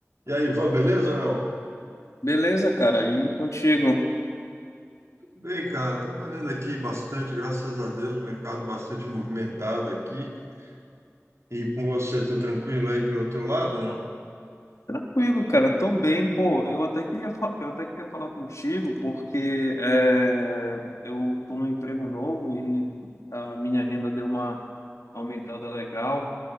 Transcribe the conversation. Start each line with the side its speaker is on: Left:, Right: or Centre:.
Right: E aí, Ivan, beleza, não?
Left: Beleza, cara, e contigo?
Right: Tudo bem, cara. Trabalhando aqui bastante, graças a Deus, mercado bastante movimentado aqui. E com você, tudo tranquilo aí pelo teu lado, não?
Left: Tranquilo, cara, tô bem, pô. Eu até queria, fa- eu até queria falar contigo porque é, eu tô num emprego novo e a minha renda deu uma aumentada legal